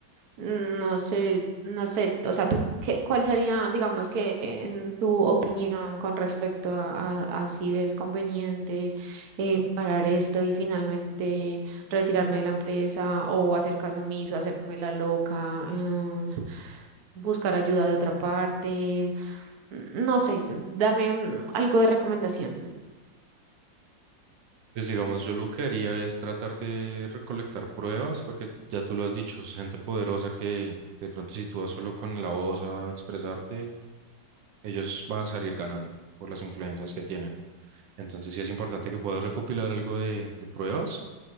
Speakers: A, on the right; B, on the right.
A: Mm, No sé, no sé, o sea, tú, qué, ¿cuál sería, digamos que, en tu opinión con respecto a, a- a si ves conveniente eh, parar esto y finalmente retirarme de la empresa o hacer caso omiso, hacerme la loca, eh, buscar ayuda de otra parte? Mm, No sé, dame mm, algo de recomendación.
B: Pues digamos, yo lo que haría es tratar de recolectar pruebas, porque ya tú lo has dicho, es gente poderosa que, que de pronto si tú vas solo con la voz a expresarte, ellos van a salir ganando por las influencias que tienen. Entonces sí es importante que puedas recopilar algo de, de pruebas